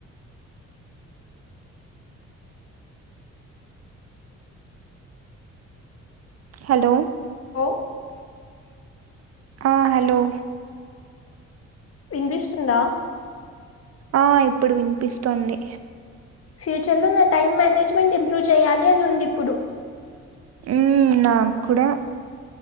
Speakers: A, on the right; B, on the left.
A: హలో
B: లో
A: ఆ హలో
B: వినిపిస్తుందా
A: ఆ ఇప్పుడు వినిపిస్తోంది
B: ఫ్యూచర్లో నా టైం మేనేజ్మెంట్ ఇంప్రూవ్ చేయాలి అని ఉంది ఇప్పుడు
A: ఉ నాకు కూడా